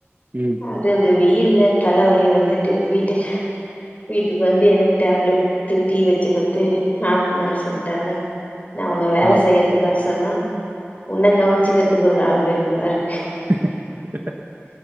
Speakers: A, on the right; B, on the left.
A: ம்.
B: அது அந்த வெயில்ல தலவலி வந்துட்டு வீட்டு வீட்டுக்கு வந்து எனக்கு டேப்லெட் குடுத்து டீ வச்சு குடுத்து நாத்தனார் சொல்ட்டாங்க நா உன்ன வேல
A: ஆ.
B: செய்றத்கு வர சொன்னா உன்ன கவனச்சுக்றதுக்கு ஒரு ஆள் வேணுமாருக்
A: ஹா ஹா ஹா